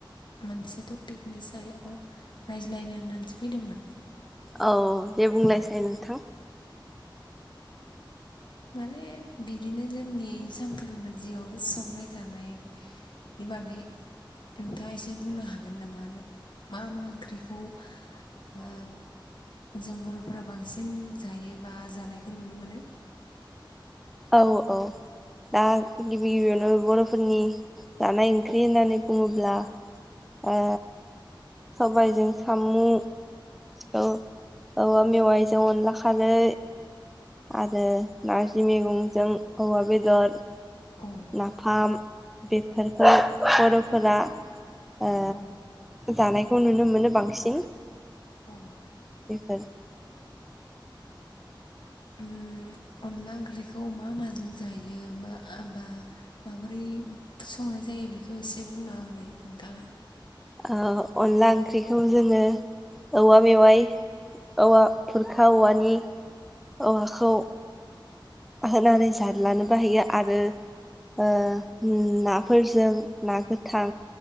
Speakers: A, on the left (about 65°); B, in the centre.
A: मोनसे तपि पिकनि सायाव रायज्लायनो होननानैसो फैदोंमोन।
B: औ दे बुंलायसाय नोंथां।
A: माने बिदिनो जोंनि सानफ्रोमबो जिउआव संनाय जानायनि बागै नोंथाङा एसे बुंनो हागोन नामा मा मा ओंख्रिखौ ओ जों बर'फोरा बांसिन जायो बा जानायखौ नुनो मोनो?
B: औ औ दा गिबि गिबियावनो बर'फोरनि जानाय ओंख्रि होननानै बुङोब्ला ओ सबायजों सामु, औ औवा मेवाइजों अनला खारै, आरो नारजि मेगंजों औवा बेदर।
A: अ
B: नाफाम बेफोरखौ बर'फोरा ओ
A: औ
B: जानायखौ नुनो मोनो बांसिन।
A: अ
B: बेफोर
A: उम अनला ओंख्रिखौ मा माजों जायो बा माबोरै संनाय जायो बेखौ एसे बुंना होलाय नोंथाङा।
B: ओ अनला ओंख्रिखौ जोङो औवा मेवाइ औवा खुरखा औवानि औवाखौ होनानै जादलानोबो हायो आरो ओ उम नाफोरजों ना गोथां